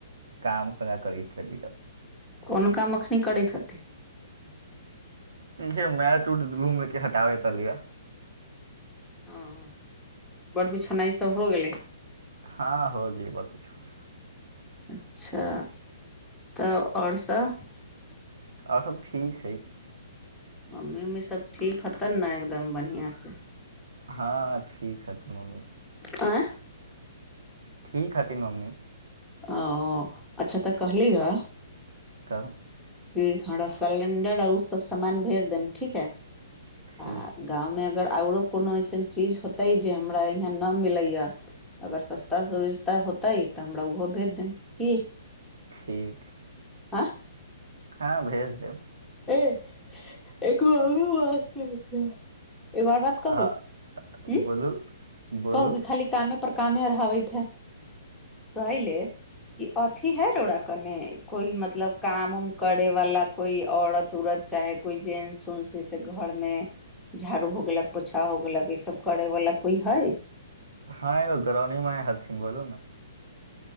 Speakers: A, on the right; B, in the centre.
A: काम त करैत रहली।
B: कोन काम अखनी करैत हतै।
A: इहे मैट- उट रूमके हटाबैत रहल लिय।
B: हं, बड़ बिछौना इसभ हो गेलै।
A: हँ हो गेल बड़ बिछौना।
B: अच्छा तऽ आओर सभ।
A: आओर सभ ठीक हैय।
B: मम्मी उम्मी सभ ठीक हैतन ने एकदम बढ़िआँ से।
A: हँ ठीक है तऽ मम्मी।
B: आँय
A: ठीक हथिन मम्मी।
B: ओ अच्छा तऽ कहलियी हए।
A: कहू।
B: जे हमरा सेलेंडर आ ओ सभ सामान भेज देब, ठीक हइ।
A: ठीक
B: आ गाँवमें अगर। आओरो कोनो अइसन चीज होतै, जे हमरा यहाँ नहि मिलैए। अगर सस्ता-सुभिस्ता होतै तऽ हमरा ओहो भेज देब, की।
A: ठीक।
B: आँ।
A: हँ भेज देब।
B: ए एको बात कहि के। एगो आओर बात कहू,
A: हाँ
B: हूं,
A: बोलू बोलू
B: कहू कि खाली कामे। पर कामे अराहबैत है, तैले। क अथि है रओरा कने, कोई मतलब काम-उम करे वाला कोइ औरत -ऊरत। चाहे कोइ जेंस- उंस जैसे घरमें। झाड़ू हो गेलक, पोछा हो गेलक, ईसभ करयवला कोइ हइ।
A: हँ यो घरनी माय हथीन बोलू ने।